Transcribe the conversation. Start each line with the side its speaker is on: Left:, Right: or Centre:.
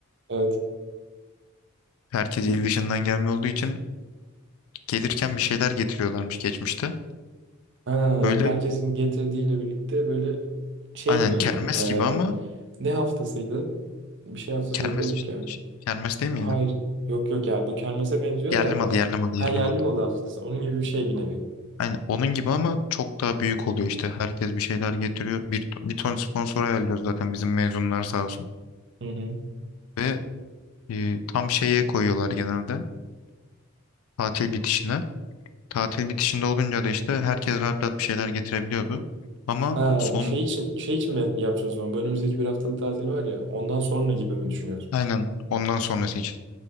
Right: Evet.
Left: Herkes il dışından gelme olduğu için gelirken bir şeyler getiriyorlarmış geçmişte.
Right: Ha,
Left: Böyle
Right: herkesin getirdiğiyle birlikte böyle şey
Left: aynen
Right: gibi
Left: kermes
Right: mi? Ee,
Left: gibi ama
Right: ne haftasıydı? Bir şey haftası
Left: kermes
Right: yapıyorduk
Left: işte.
Right: ya.
Left: Kermes değil miydi?
Right: Hayır. Yok yok ya. Bu kermese benziyor
Left: Yerli
Right: da.
Left: malı yerli malı
Right: Ha
Left: yerli
Right: yerli
Left: malı.
Right: malı haftası. Onun gibi bir şey bir nevi.
Left: Hani onun gibi ama çok daha büyük oluyor işte. Herkes bir şeyler getiriyor. Bir, bir ton sponsor ayarlıyoruz zaten bizim mezunlar sağ olsun.
Right: Hı hı.
Left: Ve e, tam şeye koyuyorlar genelde. Tatil bitişine. Tatil bitişinde olunca da işte herkes rahat rahat bir şeyler getirebiliyordu. Ama
Right: Ha
Left: son
Right: şey için şey için mi yapacağız o zaman? Bu Önümüzdeki bir haftalık tatil var ya. Ondan sonra gibi mi düşünüyorsun?
Left: aynen ondan sonrası için.